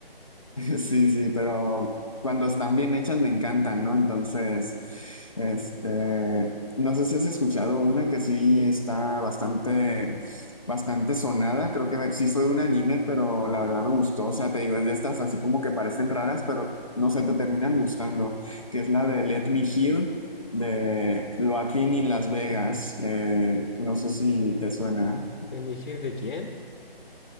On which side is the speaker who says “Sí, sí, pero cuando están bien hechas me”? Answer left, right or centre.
Left